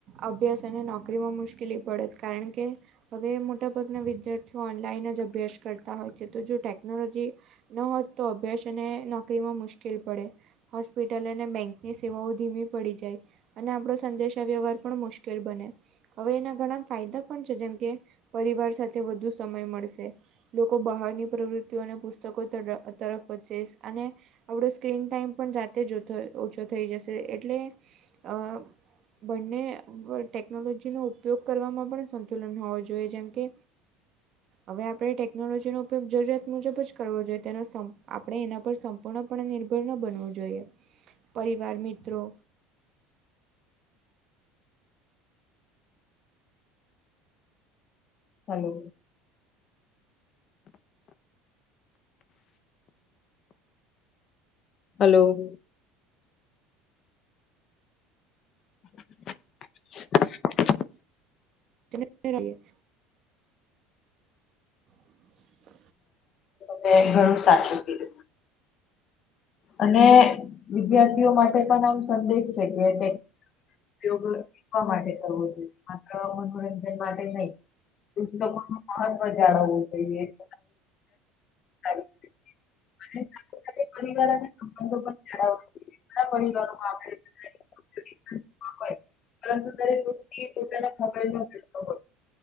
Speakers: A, on the right; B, on the left.
A: અભ્યાસ અને નોકરી માં મુશ્કેલી પડે કારણ કે હવે મોટાભાગના વિદ્યાર્થીઓ ઓનલાઈન જ અભ્યાસ કરતા હોય છે તો જો ટેકનોલોજી ન હોત તો અભ્યાસ એને નોકરીમાં મુશ્કેલ પડે. હોસ્પિટલ અને બેંક ની સેવાઓ ધીમી પડી જાય. અને આપડો સંદેશા વ્યવહાર પણ મુશ્કેલ બને. હવે એના ઘણા ફાયદા પણ છે જેમ કે પરિવાર સાથે વધુ સમય મળશે. લોકો બહારની પ્રવૃત્તિઓ અને પુસ્તકો તર તરફ વચેસ અને આપણો સ્ક્રીન ટાઈમ પણ જાતે જતો ઓછો થઈ જશે એટલે અ બંને ટેકનોલોજીનો ઉપયોગ કરવામાં પણ સંતુલન હોવો જોઈએ જેમ કે હવે આપણે ટેકનોલોજી નો ઉપયોગ જરૂરિયાત મુજબ જ કરવો જોઈએ. તેનો આપણે એના પર સંપૂર્ણપણે નિર્ભર ન બનવું જોઈએ. પરિવાર મિત્રો
B: હલો હલો <inaudible>
A: <unintelligible> <inaudible>
B: તમે ઘણું સાચું કીધું. અને વિદ્યાર્થીઓ માટે પણ આમ સંદેશ છે કે. <unintelligible> શીખવા માટે કરવું જોઈએ. માત્ર મનોરંજન માટે નય. પુસ્તકોનું મહત્વ જાળવવુ જોઈએ <unintelligible> <unintelligible> <unintelligible> પરંતુ <unintelligible>